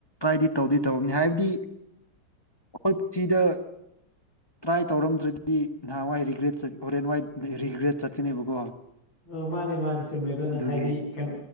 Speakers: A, on the left (about 20°); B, on the left (about 65°).
A: ꯇ꯭ꯔꯥꯏꯗꯤ ꯇꯧꯗꯤ ꯇꯧꯔꯝꯅꯤ ꯍꯥꯏꯕꯗꯤ ꯑꯩꯈꯣꯏ ꯄꯨꯛꯆꯤꯗ ꯇ꯭ꯔꯥꯢ ꯇꯧꯔꯝꯗ꯭ꯔꯗꯤ ꯅꯍꯥꯟꯋꯥꯢ ꯔꯤꯒ꯭ꯔꯦꯠ ꯆꯠ ꯍꯣꯔꯦꯟ ꯋꯥꯢ ꯔꯤꯒ꯭ꯔꯦꯠ ꯆꯠꯀꯅꯦꯕꯀꯣ
B: ꯑꯣ ꯃꯥꯅꯦ ꯃꯥꯅꯦ ꯆꯨꯝꯃꯦ ꯑꯗꯨꯅ
A: ꯑꯗꯨꯒꯤ
B: ꯍꯥꯢꯗꯤ ꯀꯩꯅꯣ